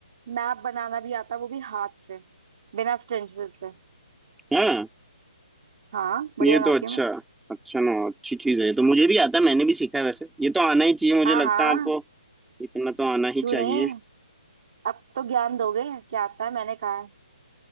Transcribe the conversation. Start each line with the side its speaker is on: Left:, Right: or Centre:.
Right: मैप बनाना भी आता है वो भी हाथ से बिना स्टेंसिल से
Centre: हाँ
Right: हाँ बढ़िया
Centre: ये
Right: बनाती
Centre: तो अच्छा
Right: हूँ मैं
Centre: अच्छा ना अच्छी चीज है ये तो मुझे भी आता है मैंने भी सीखा है वैसे ये तो आना ही चाहिए मुझे
Right: हाँ
Centre: लगता
Right: हाँ
Centre: है आपको इतना तो आना ही
Right: क्यों
Centre: चाहिए
Right: नहीं अब तो ज्ञान दोगे क्या आता है मैंने कहा है